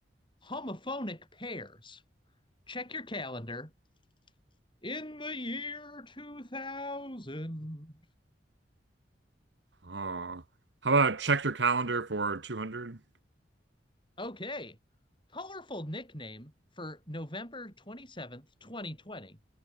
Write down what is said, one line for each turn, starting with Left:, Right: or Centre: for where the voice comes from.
Left: homophonic pairs. Check your calendar. In the year 2000,
Right: Uh, how about check your calendar for 200?
Left: Okay. Colorful nickname for November 27th, 2020,